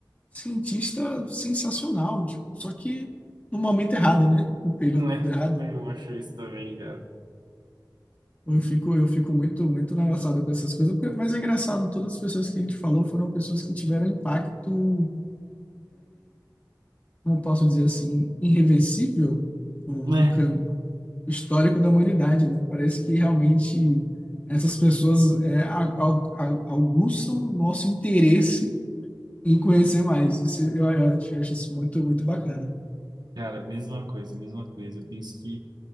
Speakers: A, on the left; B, on the right.
A: cientista sensacional, tipo, só que no momento errado, né? No período
B: né,
A: errado.
B: eu acho isso também, cara.
A: Eu fico, eu fico muito, muito engraçado com essas coisas, porque, mas é engraçado, todas as pessoas que a gente falou foram pessoas que tiveram impacto, como eu posso dizer assim, irreversível no,
B: Né,
A: no, cam- no histórico da humanidade, né? Parece que realmente essas pessoas é, a- al- al- aguçam nosso interesse em conhecer mais. Isso, eu, eu acho acho isso muito, muito bacana.
B: cara, mesma coisa, mesma coisa. Eu penso que